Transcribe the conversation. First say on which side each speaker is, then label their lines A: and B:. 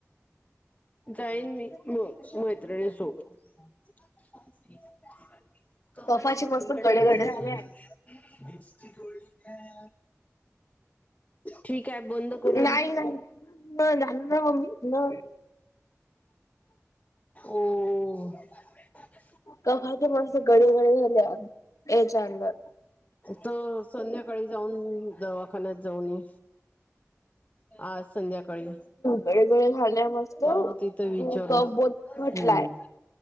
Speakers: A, on the left; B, on the left.
A: जाईन मी म मैत्रिणी सोबत <inaudible> <unintelligible> विक्स
B: कफाची मस्त गडे गडे झाले आहे.
A: ची गोळी घ्या ठीक आहे, बंद करू.
B: नाही नाही न झालं ना मम्मी? मग
A: ओहं.
B: कफाची माणसे कडे कडे झाल्या, याच्यांवर.
A: तर संध्याकाळी जाऊन, दवाखान्यात जाऊन ये. आज संध्याकाळी.
B: गडे गडे झाल्या मस्त
A: पाहू, तेथे विचारू.
B: कफ बोत घटलाय
A: हम्म,